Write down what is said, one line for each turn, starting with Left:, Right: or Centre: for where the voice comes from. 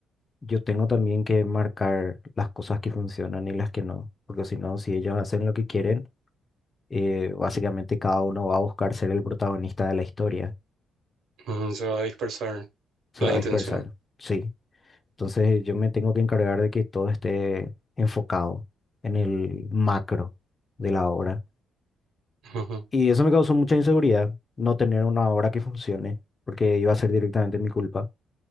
Left: yo tengo también que marcar las cosas que funcionan y las que no, porque si no, si ellos hacen lo que quieren, eh, básicamente cada uno va a buscar ser el protagonista de la historia.
Right: ujú, Se va a dispersar
Left: se
Right: la
Left: va
Right: intención.
Left: a dispersar, sí. Entonces yo me tengo que encargar de que todo esté enfocado en el macro de la obra.
Right: Ujú,
Left: Y eso me causó mucha inseguridad, no tener una obra que funcione, porque iba a ser directamente mi culpa.